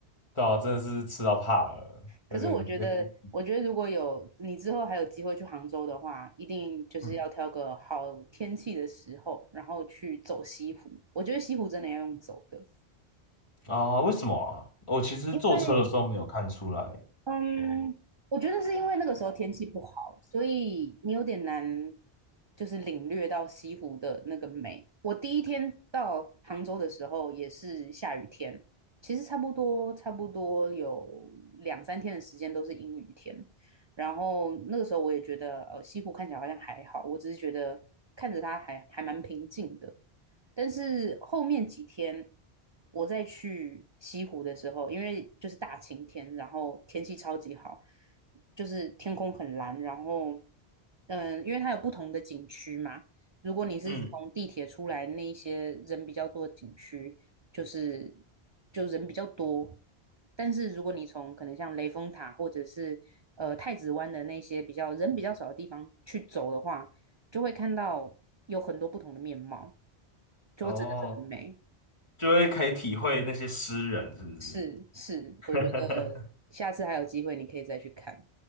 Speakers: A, on the left; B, on the right.
A: 对啊，真的是吃到怕了，
B: 可是我觉得，
A: 有点有点，
B: 我觉得如果有你之后还有机会去杭州的话，一定就是要挑个好天气的时候，
A: 嗯
B: 然后去走西湖。我觉得西湖真的要用走的。
A: 啊，为什么啊？我其实坐车的时候没有看出来，
B: 因为嗯，我觉得是因为那个时候天气不好，所以你有点难，就是领略到西湖的那个美。我第一天到杭州的时候也是下雨天，其实差不多差不多有两三天的时间都是阴雨天，然后那个时候我也觉得，呃，西湖看起来好像还好，我只是觉得看着它还还蛮平静的。但是后面几天我再去西湖的时候，因为就是大晴天，然后天气超级好，就是天空很蓝，然后嗯，因为它有不同的景区嘛，如果你是从地铁出来那一些人比较多的景区，
A: 嗯，
B: 就是就人比较多。但是如果你从可能像雷峰塔或者是呃太子湾的那些比较人比较少的地方去走的话，就会看到有很多不同的面貌，就会真的是很美。
A: 哦，就会可以体会那些诗人是不是？
B: 是是，
A: <laughs>
B: 我觉得下次还有机会你可以再去看，